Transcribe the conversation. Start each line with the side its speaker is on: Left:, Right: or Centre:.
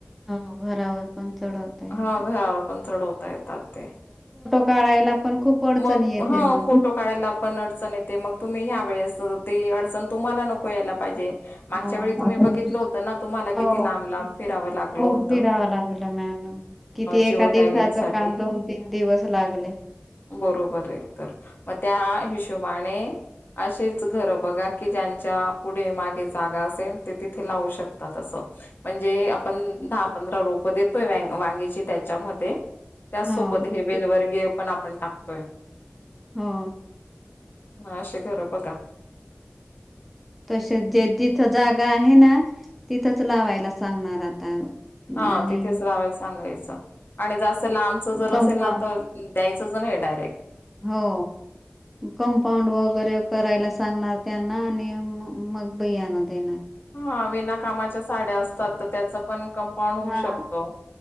Centre: हो घरावर पण चढवता येतात.
Left: हा घरावर पण चढवता येतात ते,
Centre: काढायला पण खूप अडचण
Left: मग
Centre: येते
Left: हं
Centre: मग.
Left: फोटो काढायला पण अडचण येते. मग तुम्ही ह्या वेळेस ती अडचण तुम्हाला नको यायला पाहिजे मागच्या
Centre: हो.
Left: वेळी तुम्ही बघितलं होत ना, तुम्हाला
Centre: हो
Left: किती लांब लांब फिरावं लागलं
Centre: खूप
Left: होत.
Centre: फिरावं लागलं मॅ <unintelligible> किती
Left: जिओ
Centre: एका दिवसाच
Left: टॅगिंग साठी
Centre: काम दोन तीन दिवस लागले.
Left: बरोबर एक तर मग त्या हिशोबाने असेच घरं बघा की ज्यांच्या पुढे मागे जागा असेल, ते तिथे लावू शकतात असं म्हण जे आपण दहा पंधरा रोप देतोय व वांगीची त्याच्यामध्ये त्यासोबत
Centre: हो
Left: हे वेलवरर्गीय पण आपण टाकतोय.
Centre: हा.
Left: ह असे घरं बघा.
Centre: तसे जे जिथं जागा आहे ना तिथंच लावायला सांगणार आता.
Left: हा
Centre: आणि
Left: तिथेच लावायला सांगायचं आणि जास्त लांबच जर
Centre: कंपा
Left: असेल ना तर द्यायचं नाही. डायरेक्ट.
Centre: हो कंपाऊंड वगैरे करायला सांगणार त्यांना आणि म मग बियान देणार.
Left: हा विनाकामाच्या साड्या असतात, तर त्याच पण कंपाऊंड होऊ
Centre: हा
Left: शकतो.